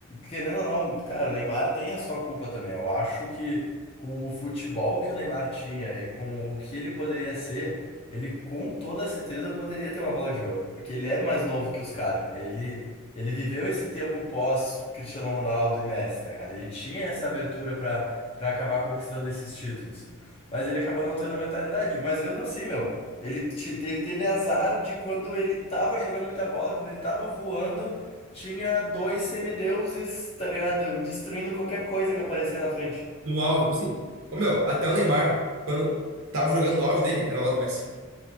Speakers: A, on the left; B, on the right.
A: querendo ou não, cara, o Neymar tem a sua culpa também. Eu acho que com o futebol que o Neymar tinha e com o que ele poderia ser, ele com toda certeza poderia ter uma bola de ouro, porque ele é mais novo que os caras. Ele, ele viveu esse tempo pós Cristiano Ronaldo e Messi, tá ligado? Ele tinha essa abertura pra, pra acabar conquistando esses títulos. Mas ele acabou não tendo a mentalidade. Mas mesmo assim, meu, ele, te- ele teve azar de quando ele tava jogando muita bola, quando ele tava voando, tinha dois semideuses, tá ligado? Destruindo qualquer coisa que aparecia na frente.
B: No auge, tipo assim. Ô meu, até o Neymar, quando tava jogando no auge dele, era lá do Messi.